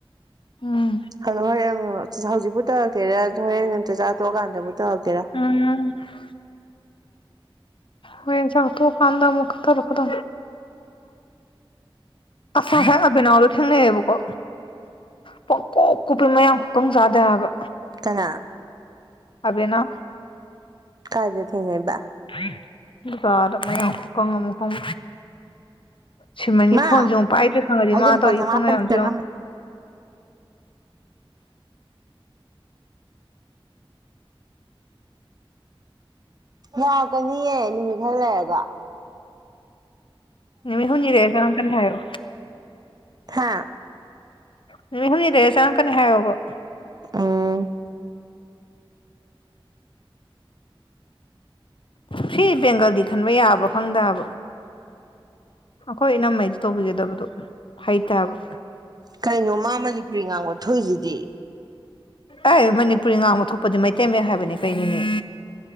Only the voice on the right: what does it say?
<unintelligible> ꯍꯧꯖꯤꯛꯄꯨ ꯇꯧꯔꯛꯀꯦꯔꯥ ꯍꯣꯔꯦꯟ ꯅꯪ ꯆꯆꯥꯥ ꯇꯣꯛꯑꯀꯥꯟꯗꯕꯨ ꯇꯧꯔꯛꯀꯦꯔꯥ
ꯀꯅꯥ
ꯀꯥꯏꯗ ꯊꯦꯡꯅꯩꯕ
ꯃꯥ
ꯑꯩꯗꯤ
ꯂꯨꯄꯥ
ꯆꯃꯥꯄꯟ
ꯆꯪꯉꯝꯃꯦ ꯌꯥꯔꯛꯀꯅꯤꯌꯦ ꯅꯨꯃꯤꯠ ꯈꯔ ꯂꯩꯔꯒ
ꯍꯥ
ꯎꯝ
ꯀꯩꯅꯣ ꯃꯥ ꯃꯅꯤꯄꯨꯔꯤ ꯉꯥꯡꯕ ꯊꯣꯛꯏꯗꯨꯗꯤ